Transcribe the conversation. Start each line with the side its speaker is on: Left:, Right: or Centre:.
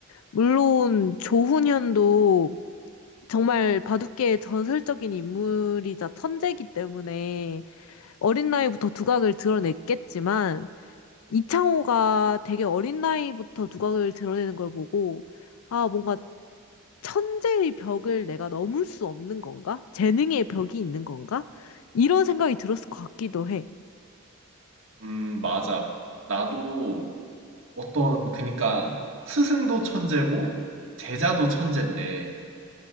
Left: 물론 조훈현도 정말 바둑계의 전설적인 인물이자 천재이기 때문에 어린 나이부터 두각을 드러냈겠지만 이창호가 되게 어린 나이부터 두각을 드러내는 걸 보고, 아, 뭔가 천재의 벽을 내가 넘을 수 없는 건가? 재능의 벽이 있는 건가? 이런 생각이 들었을 것 같기도 해.
Right: 음, 맞아. 나도 어떤, 그니까 스승도 천재고 제자도 천재인데